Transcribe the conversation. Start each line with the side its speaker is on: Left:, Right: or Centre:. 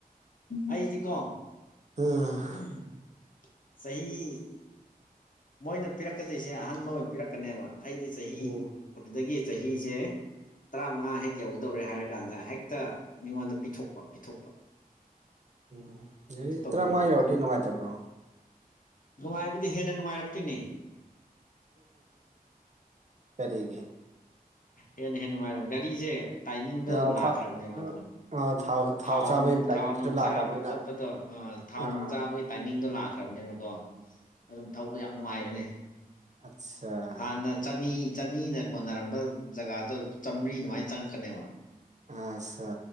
Left: ꯑꯩꯥꯏꯗꯤꯀꯣ
Right: ꯎꯝ
Left: ꯆꯍꯤ ꯃꯣꯏꯅ ꯄꯤꯔꯛꯀꯗꯣꯏꯁꯦ ꯑꯍꯟꯕ ꯑꯣꯏꯅ ꯄꯤꯔꯛꯀꯅꯦꯕ ꯑꯩꯗꯤ ꯆꯍꯤ
Right: ꯎꯝ
Left: ꯑꯗꯨꯗꯒꯤ ꯆꯍꯤꯁꯦ ꯇꯔꯥꯃꯉꯥ ꯍꯦꯛ ꯌꯧꯒꯗꯧꯔꯦ ꯍꯥꯏꯔ ꯀꯥꯟꯗ ꯍꯦꯛꯇ ꯃꯤꯉꯣꯟꯗ ꯄꯤꯊꯣꯛꯄ ꯄꯤꯊꯣꯛꯄ
Right: ꯎꯝ ꯒꯥꯔꯤ
Left: ꯑꯗꯨ ꯇꯧꯕꯩꯅꯦ
Right: ꯇꯔꯥꯃꯉꯥ ꯌꯧꯔꯗꯤ ꯅꯨꯡꯉꯥꯏꯇꯕ꯭ꯔꯣ
Left: ꯅꯨꯡꯉꯥꯏꯕꯗꯤ ꯍꯦꯟꯅ ꯅꯨꯡꯉꯥꯏꯔꯛꯇꯣꯏꯅꯦ
Right: ꯀꯔꯤꯒꯤ
Left: ꯍꯦꯟꯅ ꯍꯦꯟꯅ ꯅꯨꯡꯉꯥꯏꯔ ꯒꯥꯔꯤꯁꯦ ꯇꯥꯏꯃꯤꯡꯗꯣ
Right: ꯑꯥ
Left: ꯂꯥꯛꯈ꯭ꯔꯕꯅꯦꯕ
Right: ꯊꯥꯎ
Left: ꯑꯗꯣ
Right: ꯑꯥ
Left: ꯊꯥꯎ
Right: ꯆꯥꯕꯒꯤ
Left: ꯅꯨꯡ
Right: ꯇꯥꯏꯃꯤꯡꯗꯨꯁꯨ
Left: ꯊꯥꯎ ꯅꯨꯡ
Right: ꯂꯥꯛꯈ꯭ꯔꯕꯅꯤꯅ
Left: ꯆꯥꯕ ꯈꯣꯠꯄꯗꯣ ꯊꯥꯎ
Right: ꯑꯥ
Left: ꯅꯨꯡ ꯆꯥꯕꯒꯤ ꯇꯥꯏꯃꯤꯡꯗꯣ ꯂꯥꯛꯈ꯭ꯔꯕꯅꯤꯅꯀꯣ ꯑꯗꯨꯝ ꯊꯧꯕ ꯌꯥꯝ ꯅꯨꯡꯉꯥꯏꯕꯅꯦ
Right: ꯑꯠꯆꯥꯥ
Left: ꯍꯥꯟꯅ ꯆꯅꯤ ꯆꯅꯤꯅ ꯀꯣꯟꯅꯔꯝꯕ ꯖꯒꯥꯗꯣ ꯆꯥꯝꯃꯔꯤ ꯑꯗꯨꯃꯥꯏꯅ ꯆꯪꯉꯛꯀꯅꯦꯕ
Right: ꯑꯠꯁꯥ